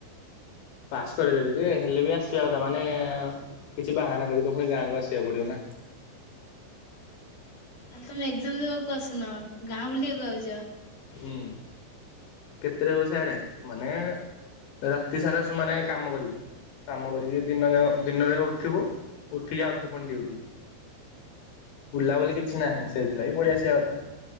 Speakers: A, on the left; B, on the left.
A: ପାସ୍ କରିଦେବେ ଯେ, ହେଲେ ବି ଆସିବା କଥା ମାନେ କିଛି ବାହାନା କରିିକି ତ ପୁଣି ଗାଁକୁ ଆସିବାକୁ ପଡିବ ନା।
B: ତାହେଲେ ତମେ ଏକ୍ଜାମ ଦେବାକୁ ଆସୁନ। ଗାଁ ବୁଲିବାକୁ ଆଉଚ।
A: ହୁଁ। କେତେ ରହୁଚି ସିଆଡ଼େ? ମାନେ ରାତି ସାରା ସମାନେ କାମ କରିବୁ। କାମ କରିକି ଦିନ ଯାକ, ଦିନରେ ଉଠିବୁ ଉଠିକି ଆଉଥରେ, ପୁଣି ଡିଉଟି। ବୁଲାବୁଲି କିଛି ନାହିଁ। ସେଇଥିଲାଗି ପଳି ଆସିବା କଥା।